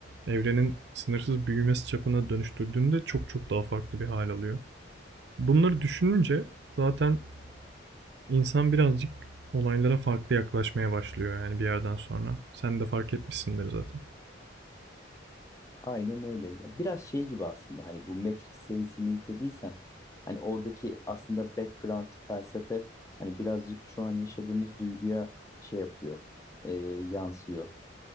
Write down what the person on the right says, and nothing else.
evrenin sınırsız büyümesi çapına dönüştürdüğünde çok çok daha farklı bir hal alıyor. Bunları düşününce zaten insan birazcık olaylara farklı yaklaşmaya başlıyor yani bir yerden sonra. Sen de fark etmişsindir zaten.